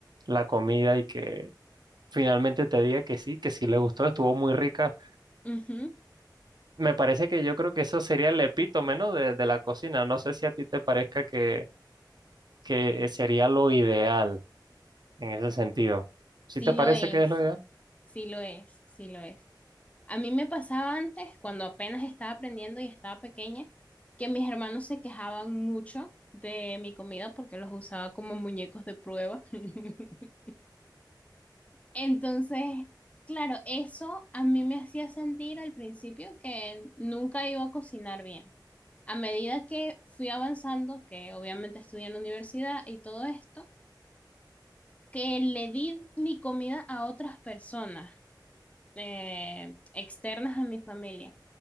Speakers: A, on the right (about 65°); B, on the left (about 15°).
A: la comida y que finalmente te diga que sí, que sí le gustó, estuvo muy rica.
B: Ujú,
A: Me parece que yo creo que eso sería el epítome, ¿no? de, de la cocina. No sé si a ti te parezca que, que sería lo ideal en ese sentido. ¿Sí
B: Sí
A: te parece
B: lo es,
A: que es lo ideal?
B: sí lo es, sí lo es. A mí me pasaba antes, cuando apenas estaba aprendiendo y estaba pequeña, que mis hermanos se quejaban mucho de mi comida porque los usaba como muñecos de prueba. <laughs> Entonces, claro, eso a mí me hacía sentir al principio que nunca iba a cocinar bien. A medida que fui avanzando, que obviamente estudié en la universidad y todo esto, que le di mi comida a otras personas eh, externas a mi familia.